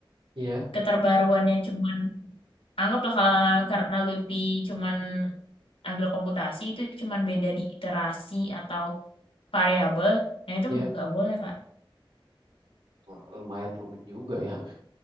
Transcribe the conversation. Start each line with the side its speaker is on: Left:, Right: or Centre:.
Right: iya,
Left: keterbaruannya cuman anggaplah kalau karena Lutfi cuman ambil komputasi itu cuman beda di iterasi atau variabel. Nah, itu
Right: iya.
Left: nggak boleh, Kak.
Right: Wah, lumayan rumit juga ya.